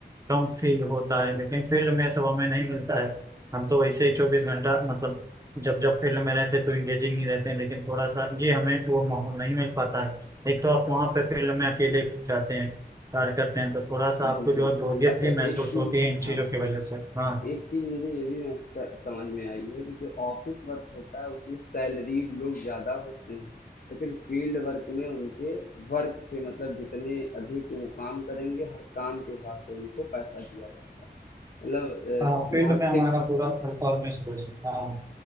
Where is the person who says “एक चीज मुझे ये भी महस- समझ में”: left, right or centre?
Left